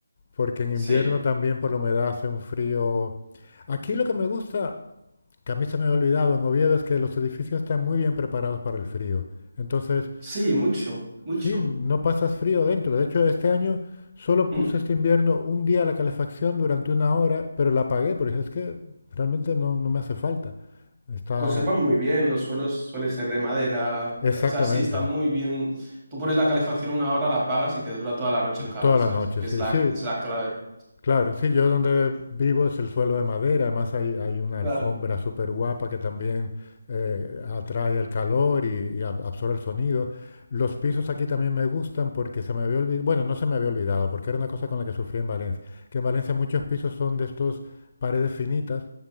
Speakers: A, on the left; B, on the right.
A: porque en
B: sí.
A: invierno también por la humedad hace un frío. Aquí lo que me gusta... que a mí se me había olvidado en Oviedo es que los edificios están muy bien preparados para el frío. Entonces,
B: Sí, mucho, mucho.
A: sí, no pasas frío dentro. De hecho, este año solo
B: Mm.
A: puse este invierno un día la calefacción durante una hora, pero la apagué porque es que realmente no, no me hace falta. Está
B: Conservan muy bien, los suelos suelen ser de madera,
A: exactamente
B: o sea, sí, están muy bien. Tú pones la calefacción una hora, la apagas y te dura toda la noche el calor,
A: toda la
B: ¿sabes?
A: noche,
B: Que
A: sí,
B: es la,
A: sí.
B: es la clave.
A: Claro, sí, yo donde vivo es el suelo de madera, además hay, hay una
B: Claro.
A: alfombra súper guapa que también eh, atrae el calor y, y ab- absorbe el sonido. Los pisos aquí también me gustan porque se me había olvidado, bueno, no se me había olvidado, porque era una cosa con la que sufrí en Valencia, que en Valencia muchos pisos son de estos paredes finitas